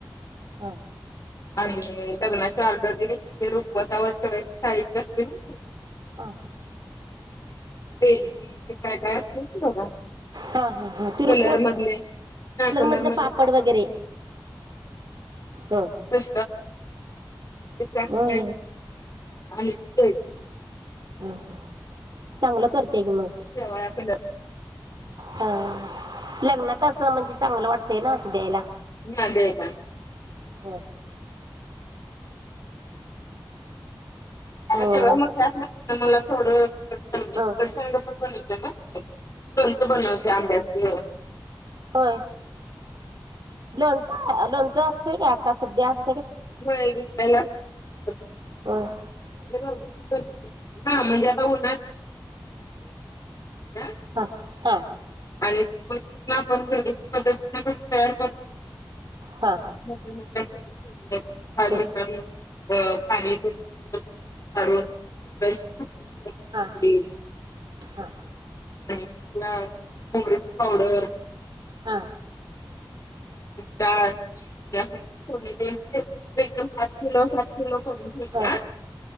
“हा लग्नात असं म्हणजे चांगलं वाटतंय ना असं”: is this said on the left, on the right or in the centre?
Right